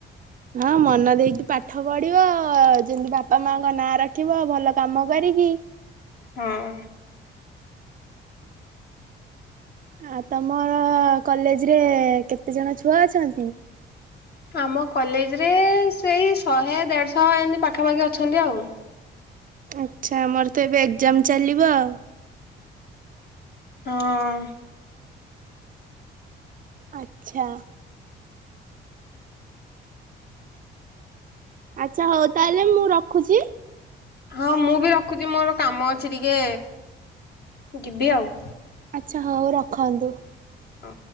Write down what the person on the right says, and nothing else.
ହଁ ମନା ଦେଇକି ପାଠ ପଢିବ ଯେମିତି ବାପା ମାଙ୍କ ନାଁ ରଖିବ ଭଲ କାମ କରିକି
ଆ ତମର କଲେଜ ରେ କେତେ ଜଣ ଛୁଆ ଅଛନ୍ତି
ଆଚ୍ଛା ଆମର ତ ଏବେ ଏକ୍ଜାମ ଚାଲିବ ଆଉ
ଆ୍ଛା ଆଚ୍ଛା ହଉ ତାହେଲେ ମୁଁ ରଖ ଖୋଜି
ଆଛା ହଁଉ ରଖନ୍ତୁ